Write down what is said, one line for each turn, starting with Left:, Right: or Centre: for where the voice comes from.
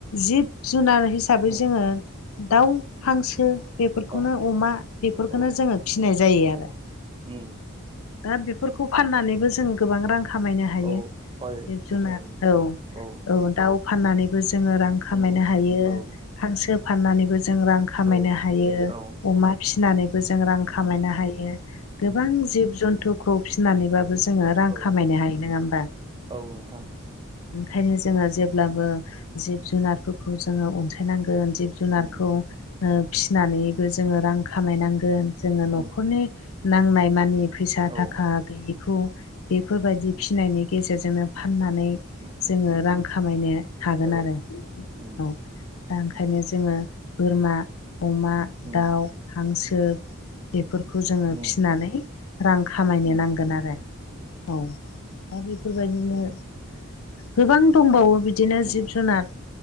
Left: जिब जुनार हिसाबै
Right: उम
Left: जोङो दाउ हांसो बेफोरखौनो
Right: औ
Left: अमा बेफोरखौनो
Right: औ
Left: जोङो फिसिनाय जायो
Right: औ
Left: आरो
Right: उम
Left: दा बेफो फोरखौ फाननानैबो जों गोबां रां खामायनो हायो
Right: औ हय
Left: जिब जुनार
Right: बेथ'
Left: औ-औ
Right: औ
Left: दाउ फाननानैबो जोङो रां खामायनो
Right: उम
Left: हायो
Right: औ
Left: हांसो फाननानैबो जों रां खामायनो
Right: औ
Left: हायो
Right: औ
Left: अमा फिसिनानै बो जों रां खामायनो
Right: उम
Left: हायो गोबां
Right: उम
Left: जिब जुन्थुखौ फिसिनानैबाबो जों जोङो रां
Right: औ
Left: खामायनो हायो नङा होमबा
Right: औ नोंथां
Left: ओंखायनो जोङो जेब्लाबो जिब जुनारफोरखौ जोङो अनसायनांगोन जिब जुनारखौ
Right: उम
Left: फिनानैबो जोङो रां खामायनांगोन जोङो न'खरनि
Right: उम
Left: नांनाय मानि फैसा
Right: औ
Left: थाखा गैयिखौ बेफोरबायदि फिनायनि गेजेरजोंनो फाननानै
Right: उम
Left: जोङो रां खामायनो हागोन
Right: औ
Left: आरो
Right: उम
Left: औ दा ओंखायनो जोङो बोरमा अमा
Right: उम
Left: दाउ हांसो बेफोरखौ जोङो
Right: उम
Left: फिसिनानै रां खामायनो
Right: उम
Left: नां गोन आरो औ दा बेफोरबायदिनो गोबां दंबावो बि दिनो
Right: उम
Left: जिब जुनार